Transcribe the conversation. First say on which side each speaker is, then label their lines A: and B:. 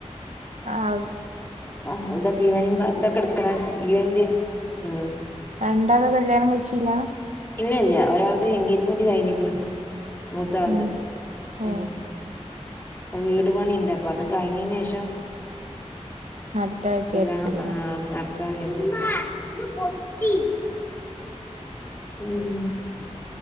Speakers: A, on the right; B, on the left.
A: ആഹ്.
B: ആ ഇതൊക്കെ ഈവനി ഇതൊക്കെ എടുക്കണ ഈവന്റ് ഉ
A: രണ്ടാള് കല്യാണം കഴിച്ചില്ല.
B: ഇല്ല ഇല്ല ഒരാളത് എൻഗേജ്മെന്റ് കഴിഞ്ഞിരിക്കണ്. മൂത്ത ആളത്.
A: ഉം
B: ഉം
A: ഏഹ്
B: അ വീട് പണിണ്ട് അപ്പൊ അത് കഴിഞ്ഞതിന് ശേഷം.
A: അടുത്ത ആഴ്ച വിചാരിച്ചില്ലേ
B: ഇല്ല ആ ന വിചാരിച്ചിരിക്കുക ഇമ്മ ഇത് പൊട്ടി. പിന്നെ